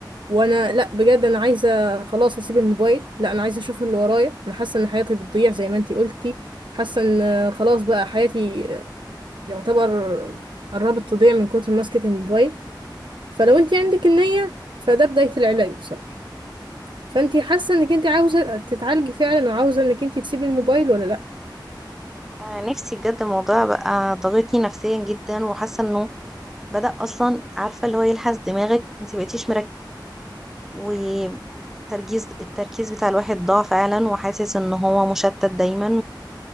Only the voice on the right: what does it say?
وانا لا بجد انا عايزة خلاص اسيب الموبايل لا انا عايزة اشوف اللي ورايا انا حاسة ان حياتي بتضيع زي ما انتي قلتي حاسة ان آه، خلاص بقى حياتي آه، يعتبر قربت تضيع من كتر ماسكة الموبايل فلو انت عندك النية فده بداية العلاج بصراحة فانت حاسة انك انت عاوزة تتعالجي فعلا وعاوزة انك انت تسيبي الموبايل ولا لا